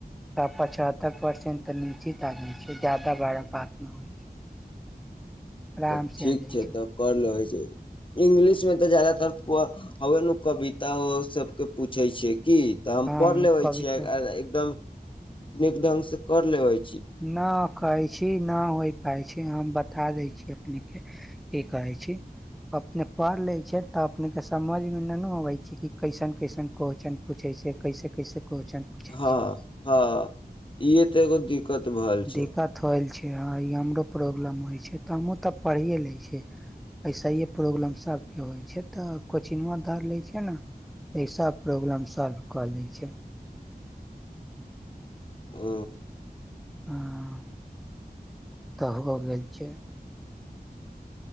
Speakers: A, in the centre; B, on the left (about 30°).
A: तब पचहत्तर परसेंट तऽ निश्चित आ जाइ छै ज्यादा बड़ा बात न होइ छै आराम
B: तऽ
A: से
B: ठीक
A: आ जाइ
B: छै तऽ क लेबै इंगलिश में तऽ जादातर ह उन कविता सबके पूछे छै की तऽ हम
A: हँ
B: पढ़ लेवे
A: कभी
B: छीय
A: तो
B: अएकदम एकदम से कर लेवई
A: न कहै छी न होय पाइ छै हम बत था दै छी अपनेके की कहैछी अपने पढ़ ले छिय तऽ अपने के समझ मे न न अबे छै कि कइसन कइसन क्वेश्चन पुछे कैसे कैसे कैसे क्वेश्चन पूछेय
B: हँ
A: छै
B: हँ इहे तऽ एगो दिक्कत भेल छै
A: दिक्कत होल छै हँ ई हमरो प्रॉब्लम होइ छै तऽ हमहूँ तऽ पढ़िए लै छिय अइसहीए प्रॉब्लम सभके होइ छै तऽ कोचिंगवा धर लए छै ने एसब प्रॉब्लम सॉल्व कऽ लै छै
B: ओ
A: हँ तऽ हो गेल छै